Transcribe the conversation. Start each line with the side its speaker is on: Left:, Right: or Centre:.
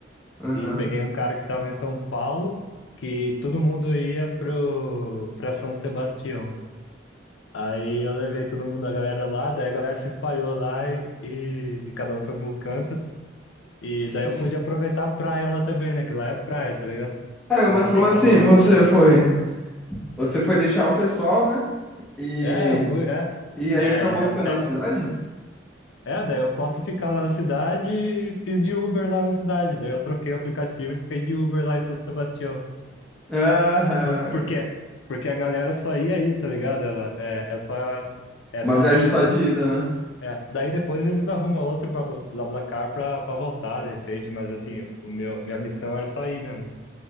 Centre: Aham.
Left: E peguei um cara que estava em São Paulo, que todo mundo ia pro para São Sebastião. Aí eu levei todo mundo, a galera lá, daí a galera se espalhou lá e, e, e cada um foi para um canto. E
Centre: <laughs>
Left: daí eu pude aproveitar a praia lá também, né? Que lá é praia, tá ligado?
Centre: É,
Left: Eu
Centre: mas
Left: deixei
Centre: como assim?
Left: cada um
Centre: Você
Left: no seu.
Centre: foi. Você foi deixar o pessoal, né? E.
Left: É, eu fui, é.
Centre: E aí
Left: É,
Centre: acabou ficando
Left: é, é
Centre: na cidade?
Left: É, daí eu posso ficar lá na cidade e fiz de Uber lá na cidade. Daí eu troquei o aplicativo e fiquei de Uber lá em São Sebastião.
Centre: Ah,
Left: Por, por quê? Porque a galera só ia aí, tá ligado? Ela é, é só é
Centre: uma
Left: só
Centre: viagem
Left: de
Centre: só
Left: ida.
Centre: de ida, né?
Left: É, daí depois eles arrumam outro Blabla- BlaBlaCar pra, pra voltar, de repente, mas assim, o meu, minha missão era só ir mesmo.